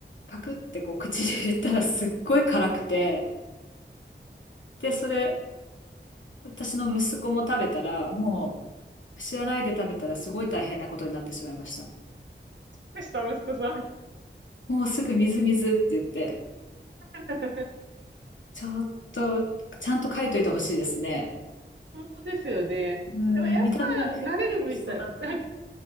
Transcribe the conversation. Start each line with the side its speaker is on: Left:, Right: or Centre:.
Left: パクってこう口に入れたらすっごい辛くて、で、それ、私の息子も食べたら、もう、知らないで食べたらすごい大変なことになってしまいました。
Right: でした、息子さん。
Left: もうすぐ水水って言って、
Right: <laughs>
Left: ちょっと、ちゃんと書いといてほしいですね。
Right: 本当ですよね。
Left: うん、
Right: でもやっぱ慣れるみたい。
Left: 見た目、美味しそうだったな。
Right: なんか、